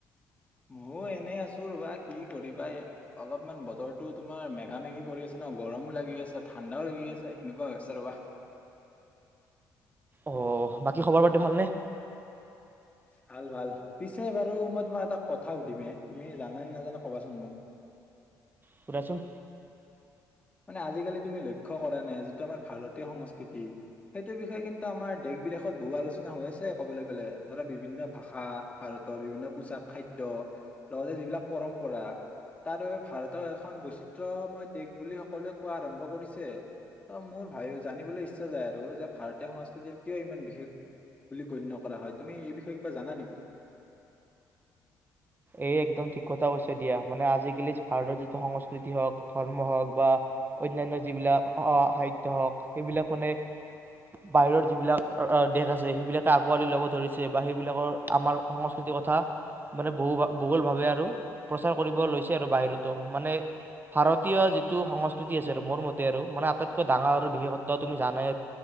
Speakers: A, on the left; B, on the right.
A: ময়ো এনে আছো ৰবা কি কৰিবা এই অলপমান বতৰটো তোমাৰ মেঘা মেঘি কৰি আছে ন গৰমো লাগি আছে, ঠাণ্ডাও লাগি আছে, সেনেকুৱা আ হৈছে ৰবা।
B: অঁ বাকী খবৰ পাতি ভালনে?
A: ভাল ভাল পিছে বাৰু মই তোমাক এটা কথা সুধিমে, তুমি জানানে নাজানে কবাচোন মোক?
B: সুধাচোন
A: মানে আজিকালি তুমি লক্ষ্য কৰা নাই আজ আমাৰ ভাৰতীয় সংস্কৃতি সেইটোৰ বিষয়ে কিন্তু আমাৰ দেশ বিদেশত বহু আলোচনা হৈ আছে ক'বলৈ গ'লে। ধৰা বিভিন্ন ভাষা, ভাৰতৰ বিভিন্ন পোচাক খাদ্য, লগতে যিবিলাক পৰম্পৰা তাৰ বাবে ভাৰতৰ এখন বৈচিত্ৰময় দেশ বুলি সকলোৱে কোৱা আৰম্ভ কৰিছে। ত মোৰ ভ জানিবলৈ ইচ্ছা যায় আৰু, যে ভাৰতীয় সংস্কৃতিৰ কিয় ইমান বিশেষ বুলি গণ্য কৰা হয়। তুমি এই ত কিবা জানা নেকি?
B: এই একদম ঠিক কথা কৈছে দিয়া। মানে আজিকালি ভাৰতৰ যি সংস্কৃতি হওক, ধৰ্ম হওক বা অনান্য যিবিলাক সাহিত্য হওক, সেইবিলাক মানে বাহিৰৰ যিবিলাক দেশ আছে সেইবিলাকে আকোৱালি ল'ব ধৰিছে বা সেইবিলাকৰ আমাৰ সংস্কৃতিৰ কথা মানে বহু ভূগোল ভাৱে আৰু প্ৰচাৰ কৰিব লৈছে আৰু বাহিৰতো। মানে ভাৰতীয় যিটো সংস্কৃতি আছে আৰু মোৰ মতে আৰু মানে আটাইতকৈ ডাঙৰ আৰু বিশেষত্ব তুমি জানাই